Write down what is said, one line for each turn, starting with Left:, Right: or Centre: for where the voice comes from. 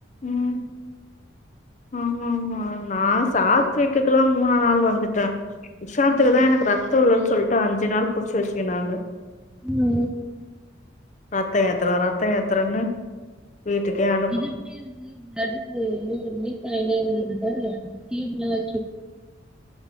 Left: ம் ஆமா ஆமா நா சாத்விக்குக்குல்லா மூணா நாள் வந்துட்டே விஷாத்துக்குதா
Centre: ம்
Left: எனக்கு ரத்த இல்லன்னு சொல்ட்டு அஞ்சு நாள் புடிச்சு வச்சுக்கினாங்க
Centre: ன்னா
Left: ரத்த ஏத்துற ரத்த ஏத்துறன்னு வீட்டுக்கே அனுப்
Centre: இதுவுமே எனக்கு பிளட் வந்து லீக் ஆயினே இருந்துது பாரு டியூப்ல <inaudible>